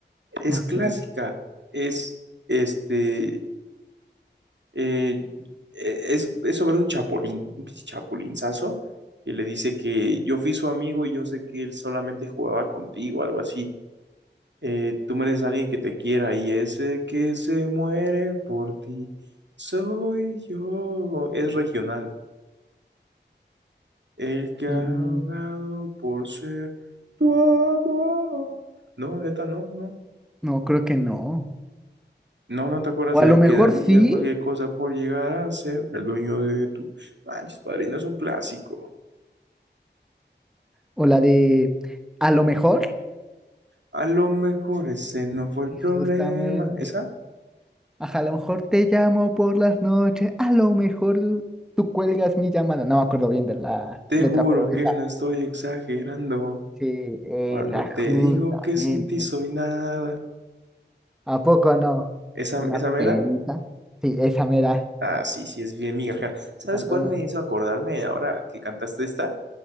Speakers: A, on the right; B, in the centre.
A: Es
B: no sé.
A: clásica. Es, este, Eh, e, es, es sobre un chapulín, un pinche chapulinzazo, que le dice que yo fui su amigo y yo sé que él solamente jugaba contigo, algo así. Eh, tú mereces a alguien que te quiera y ese que se muere por ti soy yo. Es regional. El que
B: Mm,
A: ha rogado por ser tu amor. No, neta, no, no.
B: no, creo que no.
A: No, no te acuerdas
B: O
A: del
B: a lo mejor
A: que daría
B: sí,
A: cualquier cosa por llegar a ser el dueño de tu... Manches, padrino, es un clásico.
B: o la de... A lo mejor.
A: A lo mejor ese no fue el problema.
B: Y justamente.
A: ¿Esa?
B: Ajá, a lo mejor te llamo por las noches, a lo mejor tú cuelgas mi llamada. No me acuerdo bien de la
A: Te
B: letra,
A: juro
B: pero
A: que
B: esa,
A: no estoy exagerando
B: sí, esa,
A: cuando te
B: justamente.
A: digo que sin ti soy nada.
B: ¿A poco no?
A: ¿Esa,
B: Una
A: esa mera?
B: perita. Sí, esa mera.
A: Ah, sí, sí, es bien migajera. ¿Sabes
B: Cuando.
A: cuál me hizo acordarme ahora que cantaste esta?